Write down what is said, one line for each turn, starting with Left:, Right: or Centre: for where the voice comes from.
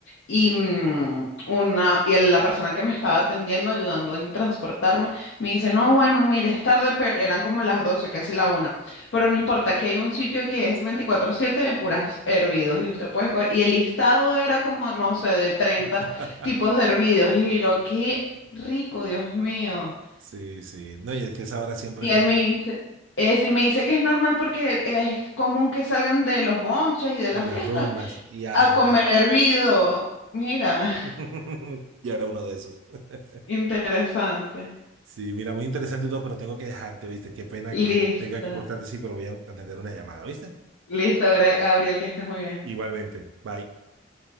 Left: Y, mm, una, y el- la persona que me estaba atendiendo, ayudando en transportarme, me dice, no, bueno, mire, es tarde, pero eran como las 12 casi la una Pero no importa, aquí hay un sitio que es veinticuatro siete de puras hervidos y usted puede escoger. Y el listado era como, no sé, de 30
Right: <laughs>
Left: tipos de hervidos. Y yo, qué rico, Dios mío.
Right: Sí, sí. No, y es que esa hora siempre
Left: Y
Right: están
Left: él me dice, eso y me dice que es normal porque es común que salgan de los bonches y de
Right: de
Left: las
Right: las
Left: fiestas
Right: rumbas y a
Left: a
Right: tomar.
Left: comer hervido. Mira,
Right: <laughs> Y era uno de esos. <laughs>
Left: <laughs> interesante.
Right: Sí, mira, muy interesante y todo, pero tengo que dejarte, ¿viste? Qué pena
Left: Lista.
Right: que tenga que cortarte, sí, pero voy a atender una llamada, ¿viste?
Left: Listo, Gra- Gabriel, que estés muy bien.
Right: Igualmente. Bye.